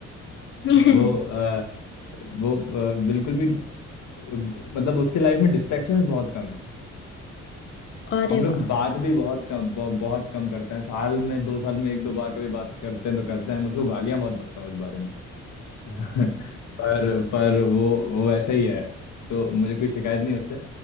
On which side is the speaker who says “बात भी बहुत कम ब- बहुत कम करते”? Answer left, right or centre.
Left